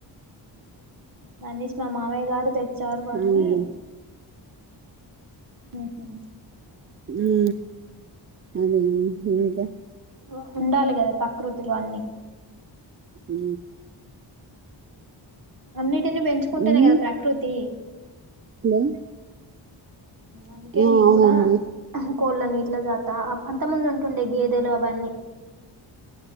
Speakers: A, on the right; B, on the right.
A: మనీష్ మా మామయ గారు తె చారు వాడని
B: అదే
A: ఉహు
B: ఉ అదే ఇంకా
A: వ ఉండాలి కదా పకృతులు అన్ని
B: ఇ
A: అన్నీ దిని పెంచుకుంటేనే
B: మ్మ్
A: కదా ప్రకృతి
B: హలో
A: అందుకే
B: ఆ
A: మేము
B: అవునండి
A: కూడా కోళ్ళ నీట్ల జాత అంత ముందు ఉంటుండే గేదెలు అవన్నీ